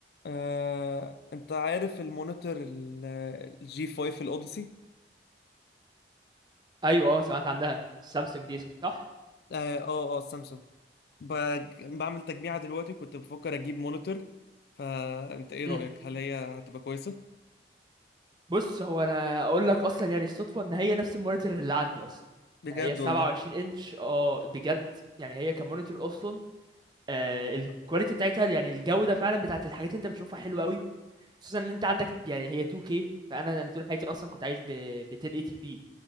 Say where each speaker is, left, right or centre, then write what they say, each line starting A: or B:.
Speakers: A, on the left; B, on the right.
A: آه، انت عارف المونيتور الجي 5 الاوديسي
B: ايوه اه سمعت عنها السامسونج دي صح
A: اه اه آه، سامسونج بج- بعمل تجميعة دلوقتي وكنت بفكر اجيب مونيتور فانت ايه
B: مم.
A: رأيك هل هي هتبقى كويسة
B: بص هو انا اقول لك اصلا يعني الصدفه ان هي نفس المونيتور اللي عندي اصلا
A: بجد
B: هي 27
A: والله
B: انش اه بجد يعني هي كمونيتور اصلا آه الكواليتي بتاعتها يعني الجوده فعلا بتاعت الحاجات اللي انت بتشوفها حلوه قوي خصوصا ان انت عندك يعني هي 2K فانا انا طول حياتي اصلا كنت عايش ب ب 1080 بي